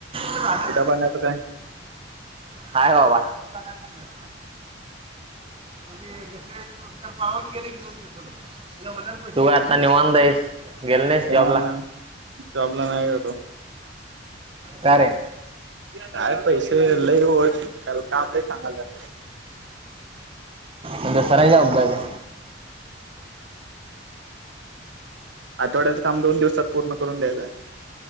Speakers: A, on the right (about 30°); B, on the right (about 70°).
A: हाय.
B: पाण्याचं काय
A: हाय भावा. लाय सां <inaudible> म्हणजे पाहावाी गेले की दोन तं <unintelligible> तू काय आता निवांत हाईस. गेला नाहीस जॉब
B: अ
A: ला?
B: जॉबला नाय गेलो.
A: का रे?
B: काय पैसे लई हो <unintelligible> - काम नाही सांगाल्यात.
A: मग दुसरा जाँब बघाय-
B: आठवड्याच काम दोन दिवसात पूर्ण- करून द्यायच.